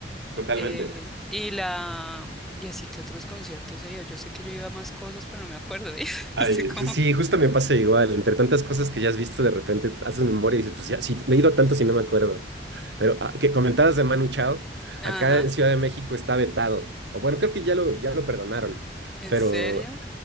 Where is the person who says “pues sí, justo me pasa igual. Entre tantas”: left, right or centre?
Right